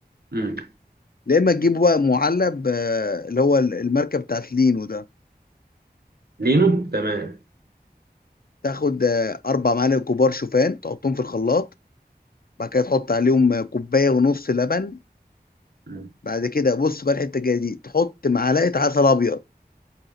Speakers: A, on the right; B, on the left.
A: امم
B: يا اما تجيب بقى معلب آه، اللي هو الماركه بتاعت لينو ده
A: لينو تمام
B: تاخد آه، اربع معالق كبار شوفان تحطهم في الخلاط بعد كده تحط عليهم آه، كوبايه ونص لبن
A: امم
B: بعد كده بص بقى الحته الجايه دي تحط معلقه عسل ابيض